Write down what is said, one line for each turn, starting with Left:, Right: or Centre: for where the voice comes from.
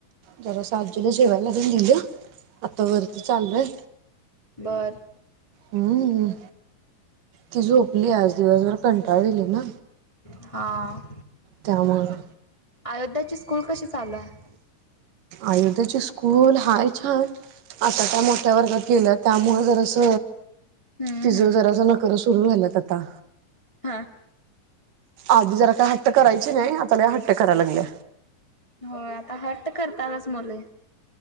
Right: जरा सासुला जेवायला तेन दिली आता वरती चाललय
Left: बरं..
Right: हम्म. ती झोपली आज दिवसभर कंटाळली ना
Left: हा.
Right: त्यामुळे.
Left: अयोध्याची स्कूल कसे चालू आहे?
Right: अयोधध्येचे स्कूल हाय छान आता त्या मोठ्या वर्गात गेल्या त्यामुळं जर अस
Left: हम्म
Right: तिच
Left: हम्म
Right: जरास नकर सुरू झालंत आता
Left: हा
Right: आधी जरा काय हट्ट करायचे नाही आता लय हट्ट करायला लागले
Left: होय आता हट्ट करतातच मुले